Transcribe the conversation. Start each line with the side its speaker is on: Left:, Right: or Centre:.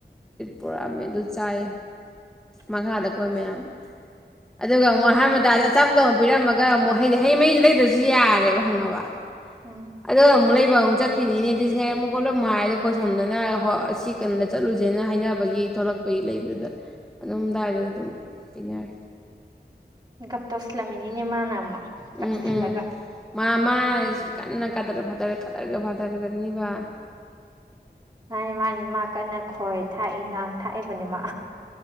Centre: ꯄꯨꯔꯛꯑꯝꯃꯦ ꯑꯗꯨ ꯆꯥꯏ ꯃꯈꯥꯗ
Right: ꯎꯝ
Centre: ꯑꯩꯈꯣꯏ
Right: ꯎꯝ
Centre: ꯃꯌꯥꯝ ꯑꯗꯨꯒ ꯑꯃꯨꯛ ꯑꯍꯥꯟꯕꯗꯗ ꯑꯆꯥꯄꯣ ꯑꯃꯨꯛ ꯄꯤꯔꯝꯃꯒ ꯑꯃꯨꯛ ꯍꯩꯗꯤ ꯍꯩꯉꯩꯗ ꯂꯩꯗ꯭ꯔꯁꯨ ꯌꯥꯔꯦꯕ ꯍꯪꯉꯕ
Right: ꯎꯝ
Centre: ꯑꯗꯣ ꯃꯂ ꯂꯩꯕ ꯑꯃꯨꯛ ꯆꯠꯈ꯭ꯔꯤꯅꯤꯅꯦꯗꯤꯁ ꯉꯥꯏꯔꯝꯃꯨꯛ ꯈꯣꯠꯂꯝ ꯃ ꯍꯥꯏ ꯑꯗꯣ ꯈꯣꯠꯁꯝꯗꯅ ꯍꯣꯏ ꯑꯁꯤ ꯀꯩꯅꯣꯗ ꯆꯠꯂꯨꯁꯦꯅ ꯍꯥꯏꯅꯕꯒꯤ ꯊꯣꯛꯂꯛꯄꯒꯤ ꯂꯩꯕꯗꯨꯗ ꯑꯗꯨꯝꯗꯥꯏꯗ ꯑꯗꯨꯝ ꯄꯤꯅꯔꯦ
Right: ꯒꯞꯇ ꯑꯁꯂꯃꯤ ꯅꯦ ꯃꯥꯅ ꯑꯃꯨꯛ ꯇꯛꯁꯤꯜꯂꯒ
Centre: ꯎꯝ ꯎꯝ ꯃꯥ ꯃꯥ ꯀꯟꯅ ꯀꯗꯔ ꯐꯗꯔ ꯀꯗꯔꯒ ꯐꯥꯗꯔꯒꯅꯤꯕ
Right: ꯃꯥꯅꯤ ꯃꯥꯅꯤ ꯃꯥ ꯀꯟꯅ ꯈꯣꯏ ꯊꯥꯛꯏ ꯂꯥꯡ ꯊꯥꯛꯏꯕꯅꯤ ꯃꯥ